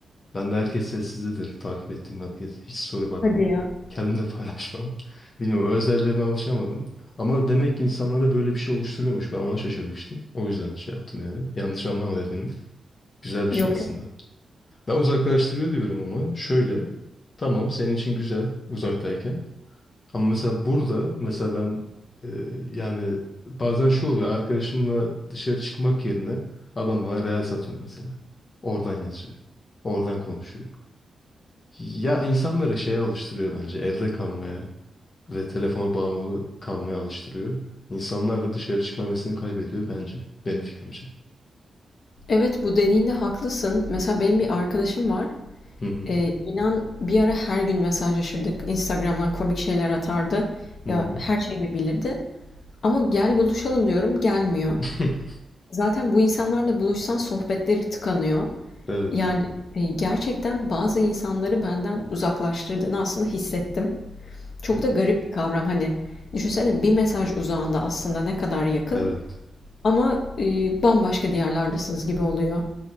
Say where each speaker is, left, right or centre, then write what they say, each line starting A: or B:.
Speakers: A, on the left (about 40°); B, on the left (about 60°).
A: ben de herkes sessizdedir takip ettiğim herkes. Hiç story bakmam.
B: Hadi ya.
A: Kendim de <laughs> paylaşmam. Bilmiyorum özelliğime alışamadım. Ama demek ki insanlarda böyle bir şey oluşturuyormuş. Ben ona şaşırmıştım. O yüzden şey yaptım yani. Yanlış anlama dediğini. Güzel bir şey
B: Yok.
A: aslında. Ben uzaklaştırıyor diyorum ama şöyle. Tamam senin için güzel uzaktayken. Ama mesela burada mesela ben e, yani bazen şu oluyor arkadaşımla dışarı çıkmak yerine adam bana real satıyor mesela. Oradan yazıyor. Oradan konuşuyor. Ya insanları şeye alıştırıyor bence evde kalmaya ve telefona bağımlı kalmaya alıştırıyor. İnsanlar da dışarı çıkma hevesini kaybediyor bence. Benim fikrimce.
B: Evet bu dediğinde haklısın. Mesela benim bir arkadaşım var.
A: Hı hı.
B: Eee, inan bir ara her gün mesajlaşırdık. Instagram'dan komik şeyler atardı.
A: Hı
B: Ya,
A: hı.
B: her şeyimi bilirdi ama "Gel, buluşalım." diyorum, gelmiyor.
A: <laughs>
B: Zaten bu insanlarla buluşsan sohbetleri tıkanıyor.
A: Evet.
B: Yani, eee, gerçekten bazı insanları benden uzaklaştırdığını aslında hissettim. Çok
A: Hı
B: da
A: hı.
B: garip bir kavram. Hani, düşünsene bir mesaj uzağında aslında ne kadar yakın
A: Evet.
B: ama, eee, bambaşka diyarlardasınız gibi oluyor.